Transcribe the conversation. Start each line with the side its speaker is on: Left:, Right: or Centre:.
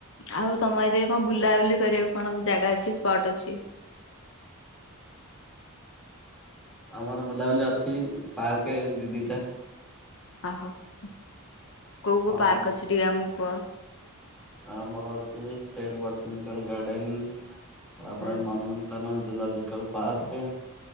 Left: ଆଉ ତମ ଏଥିରେ କଣ ବୁଲାବୁଲି କରିବାକୁ କଣ ଜାଗା ଅଛି ସ୍ପଟ ଅଛି।
Centre: ଆମର ବୁଲାବୁଲି ଅଛି ପାର୍କ ଦି ଦିଟା।
Left: ଓ ହୋ। କୋଉ କୋଉ
Centre: ହଁ
Left: ପାର୍କ ଅଛି ଟିକେ ଆମକୁ କୁହ?
Centre: ଆମର ଅଛି ଷ୍ଟେଟ ବଟନିକାଲ ଗାର୍ଡନ୍ ଦେନ୍ ତାପରେ
Left: ହୁଁ
Centre: ନନ୍ଦନକାନନ ଜୁଲୋଜିକାଲ ପାର୍କ ଟେ